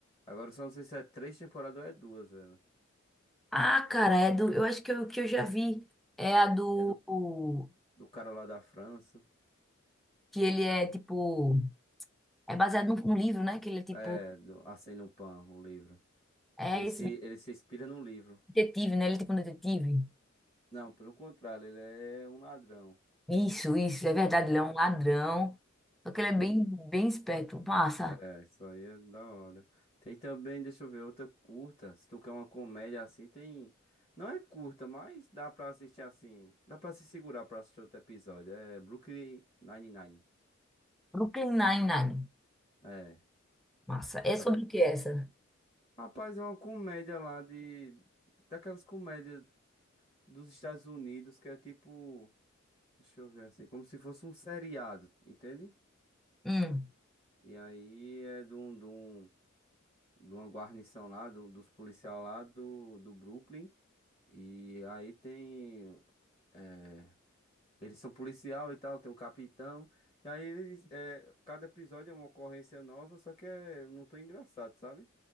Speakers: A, on the left; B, in the centre.
A: Agora eu só não sei se é três temporadas ou é duas, velho.
B: Ah, cara, é do. Eu acho que eu, que eu já vi. É a do.
A: É do,
B: o-
A: do cara lá da França.
B: que ele é tipo. É baseado num, num livro, né? Que ele é tipo.
A: É, do Arsène Lupin, o livro.
B: É
A: Que ele
B: esse
A: se,
B: mesmo,
A: ele se inspira num livro.
B: detetive, né? Ele é tipo um detetive.
A: Não, pelo contrário, ele é um ladrão.
B: Isso, isso, é verdade. Ele é um ladrão. Só que ele é bem,
A: É,
B: bem esperto. Massa.
A: é, é, isso aí é da hora. Tem também, deixa eu ver, outra curta. Se tu quer uma comédia assim, tem. Não é curta, mas dá pra assistir assim. Dá pra se segurar pra assistir outro episódio. É Brooklyn Nine-Nine.
B: Brooklyn Nine-Nine.
A: É,
B: Massa. É
A: já
B: sobre
A: vi.
B: o que essa?
A: Rapaz, é uma comédia lá de. Daquelas comédias dos Estados Unidos que é tipo. Deixa eu ver assim, como se fosse um seriado, entende?
B: Hum.
A: E aí é de, um, de, um, de uma guarnição lá, do- dos policiais lá do, do Brooklyn. E aí tem. eh, eles são policial e tal, tem um capitão. E aí eles. eh, cada episódio é uma ocorrência nova, só que é, não tão engraçado, sabe?